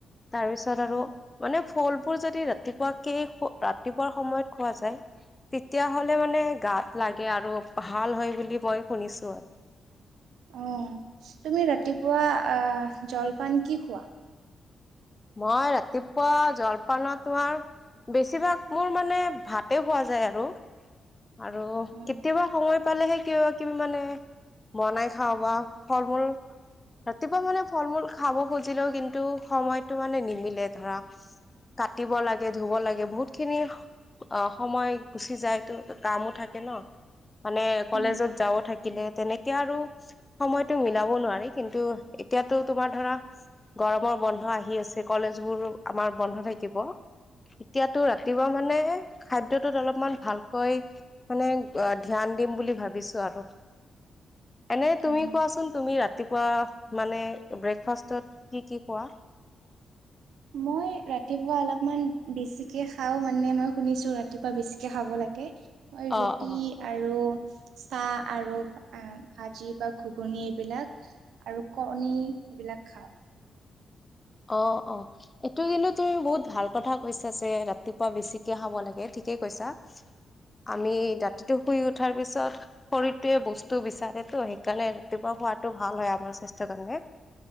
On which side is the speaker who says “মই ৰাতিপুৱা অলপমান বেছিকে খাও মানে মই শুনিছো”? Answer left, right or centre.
Right